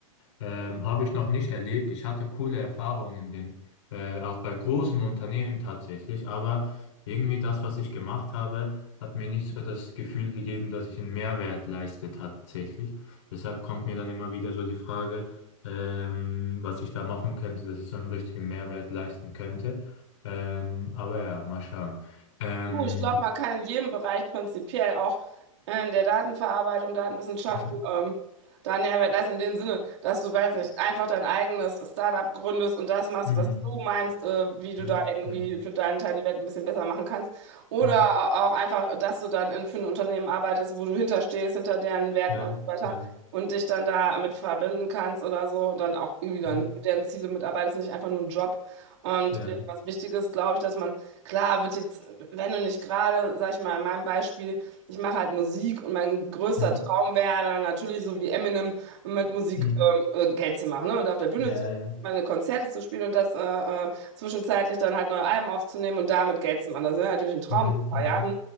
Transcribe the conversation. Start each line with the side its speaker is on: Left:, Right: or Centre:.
Left: Ähm, habe ich noch nicht erlebt. Ich hatte coole Erfahrungen in den, äh, auch bei großen Unternehmen tatsächlich, aber irgendwie das, was ich gemacht habe, hat mir nicht so das Gefühl gegeben, dass ich einen Mehrwert leiste tatsächlich. Deshalb kommt mir dann immer wieder so die Frage, ähm, was ich da machen könnte, dass ich so einen richtigen Mehrwert leisten könnte. Ähm, aber ja, mal schauen. Ähm,
Right: Du, ich glaube, man kann in jedem Bereich prinzipiell auch in der Datenverarbeitung, Datenwissenschaften,
Left: ja,
Right: ähm, da einen Mehrwert leisten, in dem Sinne, dass du, weiß nicht, einfach dein eigenes Startup gründest und das machst,
Left: mhm,
Right: was du meinst, äh, wie du
Left: ja,
Right: da irgendwie
Left: ja,
Right: für deinen Teil die Welt ein bisschen besser machen kannst. Oder
Left: ja,
Right: auch einfach, dass du dann in, für ein Unternehmen arbeitest, wo du hinterstehst, hinter deren Werten
Left: ja,
Right: und so weiter
Left: ja,
Right: und dich dann da mit verbinden kannst oder so und dann auch irgendwie dann
Left: ja,
Right: für deren Ziele mitarbeitest, und nicht einfach nur einen Job. Und
Left: ja.
Right: ja, was wichtig ist, glaube ich, dass man Klar, wird jetzt wenn du nicht gerade, sag ich mal, in meinem Beispiel, ich mache halt Musik und mein größter
Left: Mhm.
Right: Traum wäre dann natürlich so wie Eminem mit Musik
Left: mhm.
Right: ähm, äh, Geld zu machen, ne? Und auf der Bühne
Left: Ja,
Right: zu
Left: ja,
Right: meine Konzerte zu spielen und das äh, äh, zwischenzeitlich dann halt neue Alben aufzunehmen und damit Geld zu machen. Das wäre natürlich ein Traum,
Left: Mhm,
Right: super,
Left: mhm.
Right: ja.